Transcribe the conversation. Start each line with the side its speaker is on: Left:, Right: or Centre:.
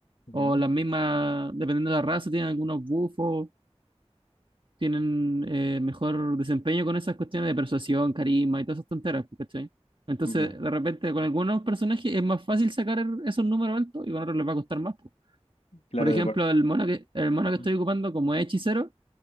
Left: Ya,
Right: O las mismas, dependiendo de la raza, tienen algunos bufos, tienen eh, mejor desempeño con esas cuestiones de persuasión, carisma y todas esas tonteras, po, ¿cachai? Entonces,
Left: ya.
Right: de repente, con algunos personajes es más fácil sacar esos números altos y con otros les va a costar más. po.
Left: Claro,
Right: Por ejemplo,
Left: de par-
Right: el mono que, el mono que estoy
Left: Mm.
Right: ocupando como es hechicero,